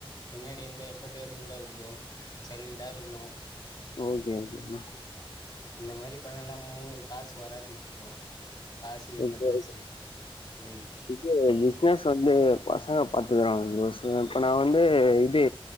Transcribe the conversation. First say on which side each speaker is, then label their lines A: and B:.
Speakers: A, on the left (about 40°); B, on the left (about 65°).
A: பின்னாடி எந்த எஃபர்ட்டு இருக்க கூடாது ப்ரோ சைலண்ட்டா இருக்ணு
B: ஓகேங்க ப்ரோ ம்
A: இந்த மாரி பணலா மு காசு வராது ப்ரோ காசு இந்த
B: ஓகே
A: பஸ் ம்
B: இது பிஸினஸ் வந்து பசங்க பாத்துக்குறாங்க ப்ரோ இப்ப நா வந்து இது